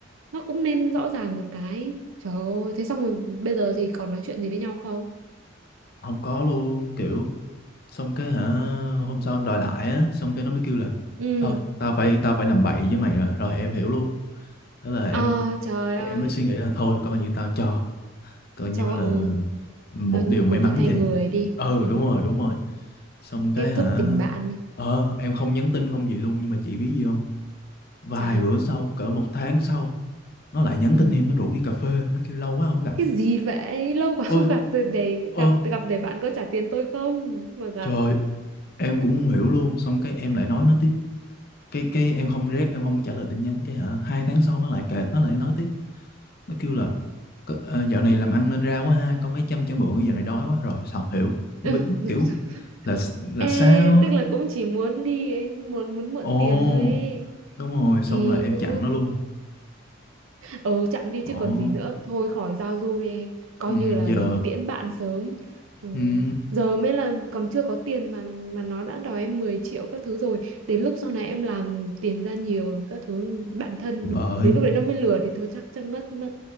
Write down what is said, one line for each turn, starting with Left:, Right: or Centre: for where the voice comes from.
Right: nó cũng nên rõ ràng một cái trời ơi thế xong rồi bây giờ thì còn nói chuyện gì với nhau không
Left: không có luôn kiểu xong cái hả hôm sau em đòi lại á xong cái nó mới kêu là
Right: ừ
Left: thôi tao phải tao phải làm bậy với mày rồi rồi em hiểu luôn thế là em
Right: ờ trời
Left: em
Right: ơi
Left: mới suy nghĩ là thôi coi như tao cho coi như
Right: cho
Left: là
Right: ừ
Left: một
Right: coi như
Left: điều may
Right: cô
Left: mắn
Right: đi thay
Left: vậy
Right: người đi
Left: ừ
Right: ừ.
Left: đúng rồi đúng rồi xong cái
Right: kết
Left: hả
Right: thúc tình bạn đi
Left: ờ em không nhắn tin không gì luôn nhưng mà chị biết gì không vài
Right: sao
Left: bữa sau cỡ một tháng sau nó lại nhắn
Right: ừ.
Left: tin em nó rủ đi cà phê nó kêu lâu quá không gặp
Right: cái gì vậy lâu quá
Left: ôi
Right: không gặp rồi để
Left: ơ
Right: gặp gặp để bạn có trả tiền tôi không mà gặp
Left: trời em
Right: ừ.
Left: cũng không hiểu luôn xong cái em lại nói nó tiếp cái cái em không rep em không trả lời tin nhắn cái hả hai tháng sau nó lại kệ nó lại nói tiếp nó kêu là "Có- ờ, dạo này làm ăn nên ra quá ha có mấy trăm cho mượn dạo này đói quá rồi xong hiểu không
Right: <laughs>
Left: biết kiểu là là
Right: Ê,
Left: sao
Right: tức là cũng chỉ muốn đi ấy, muốn muốn mượn
Left: Ồ,
Right: tiền thôi ấy.
Left: đúng rồi, xong
Right: kỳ
Left: là em
Right: dữ
Left: chặn nó luôn.
Right: ừ chặn đi
Left: Đó.
Right: chứ còn gì nữa thôi khỏi giao du đi em coi
Left: Ừ,
Right: như là
Left: giờ
Right: mình tiễn bạn sớm ừ.
Left: ừ,
Right: giờ mới là còn chưa có tiền mà mà nó đã đòi em 10 triệu các thứ rồi đến lúc sau này em làm tiền ra nhiều các thứ bạn thân
Left: thì bởi
Right: đến lúc đấy nó mới lừa thì thôi chắc chắc ngất mất